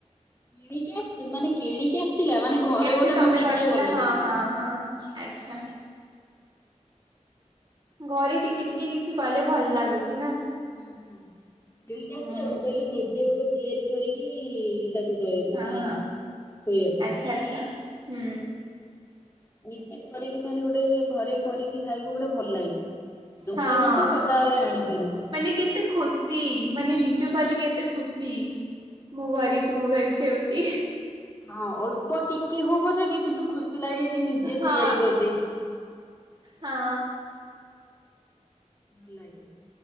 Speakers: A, on the left; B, on the right.
A: କିଣିକି ଆସି ମାନେ କିଣିକି ଆସିଥିଲା ମାନେ ଘରେ
B: ଏମତି
A: ଗୋଟେ
B: ତମେ
A: ମୁଁ ନିଜେ
B: କରିଥିଲ
A: ବନେଇଥିଲି।
B: ହଁ ହଁ ହଁ ଆଚ୍ଛା। ଘରି ଟିକେ ଟିକେ କିଛି କଲେ ଭଲ ଲାଗୁଛି। ନା।
A: ହୁଁ ହୁଁ। <unintelligible>
B: ହୁଁ
A: ମୁଁ କହିଲି ନିଜେ ଗୋଟେ ତିଆରି କରିକି <unintelligible> ମାନେ
B: ହଁ
A: ଖୋଇବା ପାଇଁ।
B: ଆଚ୍ଛା ଆଚ୍ଛା। ହୁଁ।
A: ନିଜେ କରିକି ମାନେ ଗୋଟେ ଘରେ କରିକି ଖାଇବୁ ଗୋଟେ ଭଲ ଲାଗେ। ଦୋକାନରୁୁ
B: ହଁ
A: ତ ସଦାବେଳେ ଆଣିପାରିବୁ।
B: ମାନେ କେତେ ଖୁସି, ମାନେ ନିଜେ କଲେ କେତେ ଖୁସି। ମୁଁ କରିଚି ମୁଁ କରିଚି ଏମତି।
A: ହଁ ଅଳ୍ପ ଟିକେ ହଉ ପଛେକେ କିନ୍ତୁ ଖୁସି ଲାଗେ କିି ନିଜେ
B: ହଁ
A: ତିଆରି କରିଦେଇଚୁ।
B: ହଁ।
A: ଭଲ ଲାଗେ।